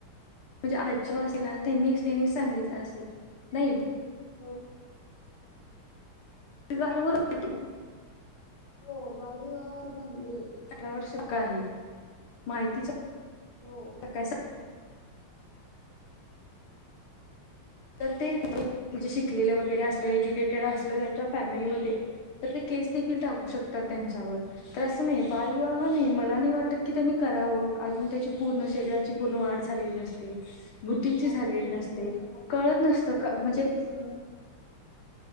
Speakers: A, on the left; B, on the right.
A: आजी असला त्यांनी त्यांनी सांगितलं असेल नाही.
B: हो
A: तीचं आहे <inaudible>
B: हो बाल विवाहावावर आहे बंदी आहे
A: अठरा वर्ष का हे माहितीच्या
B: हो
A: काय तर तेे शिकलेलं वगैरे असलं एज्युकेटेड असलं त्यांच्या फॅमिलीमध्ये तर ते केस देखील टाकू शकतात
B: हम्म
A: त्यांच्यावर तर असं नाही बालविवाह नाही मला नाही वाटतं की त्यांनी करावं अजून त्याची पूर्ण शरीराची पूर्ण वाढ झाली झालेली नसते बुद्धीची झालेली
B: चालेलं
A: नसते
B: नसतं किंवा अजून
A: कळतं नसतं
B: बुद्धी
A: म्हणजे
B: विकसित नसते.